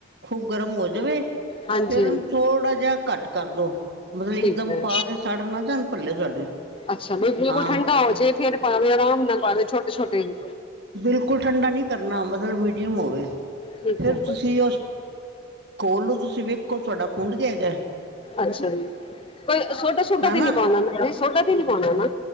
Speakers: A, on the right; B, on the left.
A: ਖੂਬ ਗਰਮ ਹੋ ਜਾਵੇ।
B: ਹਾਂਜੀ
A: ਫਿਰ ਉਹਨੂੰ ਥੋੜ੍ਹਾ ਜਿਹਾ ਘੱਟ ਕਰਦੋ, ਮਤਲਬ ਇੱਕਦਮ
B: ਠੀਕ ਹੈ
A: ਪਾ ਕੇ ਸੜ ਨਾ ਜਾਣ ਭੱਲੇ ਤੁਹਾਡੇ।
B: ਅੱਛਾ, ਫਿਰ ਬਿਲਕੁਲ
A: ਹਾਂ
B: ਠੰਢਾ ਹੋ ਜੇ। ਫੇਰ ਪਾਵੇ, ਆਰਾਮ ਨਾਲ ਪਾਵੇ, ਛੋਟੇ- ਛੋਟੇ ਜੇ
A: ਬਿਲਕੁਲ ਠੰਡਾ ਨੀ ਕਰਨਾ। ਮਤਲਬ ਮੀਡੀਅਮ ਹੋਵੇ। ਫਿਰ
B: ਠੀਕ ਹੈ
A: ਤੁਸੀਂ ਉਸ, ਘੋਲ ਨੂੰ ਤੁਸੀਂ ਵੇਖੋ ਤੁਆਡਾ ਫੁੰਡ ਜਾਏਗੈ।
B: ਅੱਛਾ ਜੀ, ਕੋਈ ਸੋਡਾ -ਸੁਡਾ
A: ਨਾ
B: ਤੇ ਨੀ ਪਾਣਾ ਨਾ, ਸੋਡਾ ਤੇ ਨੀ ਪਾਣਾ ਨਾ?